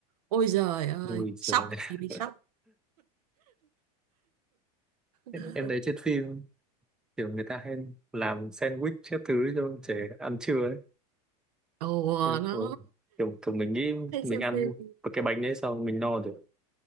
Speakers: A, on the right; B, in the centre.
A: Ôi giời ơi,
B: Ui giời.
A: sốc,
B: <laughs>
A: chị bị sốc.
B: Em
A: <laughs>
B: em thấy trên phim kiểu người ta hay làm sandwich các thứ cho trẻ ăn trưa ấy.
A: Ồ
B: Em
A: nó
B: cũng- Kiểu, kiểu mình nghĩ
A: hay
B: mình
A: xem
B: ăn
A: phim.
B: một cái bánh đấy xong mình no được.